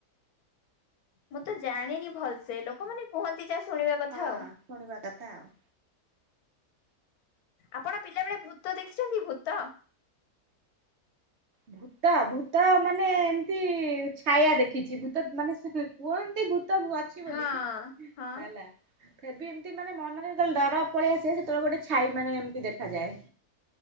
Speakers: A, on the left (about 85°); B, on the right (about 55°).
A: ମୁଁ ତ ଜାଣିନି ଭଲସେ, ଲୋକମାନେ କୁହନ୍ତି ଯାହା ଶୁଣିବା କଥା
B: ହଁ
A: ଆଉ।
B: ଶୁଣିବା କଥା ଆଉ।
A: ଆପଣ ପିଲା ବେଳେ ଭୂତ ଦେଖିଛନ୍ତି ଭୂତ?
B: ଭୂତ ଭୂତ ମାନେ ଏମତି ଛାୟା ଦେଖିଚି। ଭୂତ ସେ ମାନେ କୁହନ୍ତି ଭୂତ ଅଛି ବୋଲିକି
A: ହଁ ହଁ
B: ହେଲା, ଫିର୍ ବି ଏମିତି ମାନେ ମନରେ ଯେତେବେଳେ ଡର ପଳେଇଆସ ସେତେବେଳେ ଗୋଟେ ଛାଇ ମାନେ ଏମତି ଦେଖାଯାଏ।